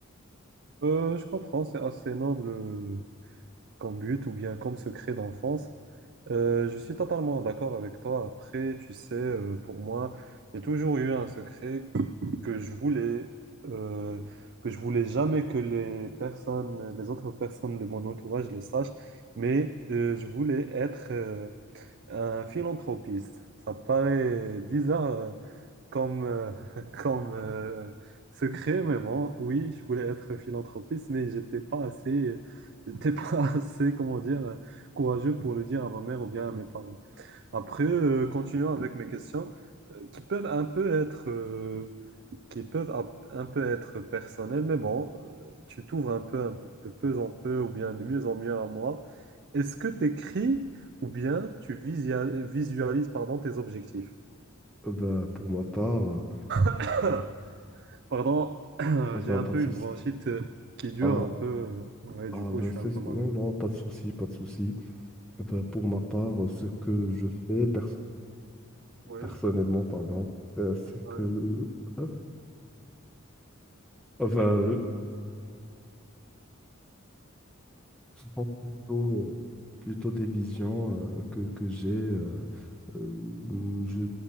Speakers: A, on the right (about 55°); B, in the centre.
A: Euh, je comprends, c'est assez noble euh, comme but ou bien comme secret d'enfance. Euh, je suis totalement d'accord avec toi. Après, tu sais, euh, pour moi, j'ai toujours eu un secret que je voulais euh, que je voulais jamais que les personnes, les autres personnes de mon entourage le sachent, mais euh, je voulais être euh, un philanthropiste. Ça paraît bizarre euh, comme euh, <laughs> comme euh, secret, mais bon, oui, je voulais être philanthropiste, mais j'étais pas assez J'étais <laughs> pas assez, comment dire, courageux pour le dire à ma mère ou bien à mes parents. Après, euh, continuons avec mes questions euh, qui peuvent un peu être euh, qui peuvent ap- un peu être personnelles, mais bon, euh, tu t'ouvres un peu, un peu- de peu en peu ou bien de mieux en mieux à moi. Est-ce que tu écris ou bien tu visia- visualises pardon, tes objectifs?
B: Euh, Ben, pour ma part, euh,
A: <coughs> Pardon, <coughs>
B: ah
A: j'ai
B: ben,
A: un
B: pas
A: peu
B: de souci.
A: une bronchite euh, qui dure
B: Ah,
A: un peu. euh, Ouais,
B: ah,
A: du coup,
B: bah
A: je suis
B: c'est-
A: un peu malade.
B: non, non, pas de souci, pas de souci. Euh, bah pour ma part, euh, ce que je fais perso-
A: Oui,
B: personnellement, pardon, euh, c'est
A: oui.
B: que... hein, enfin Bon, plutôt, euh, plutôt des visions euh, que, que j'ai euh, euh, je,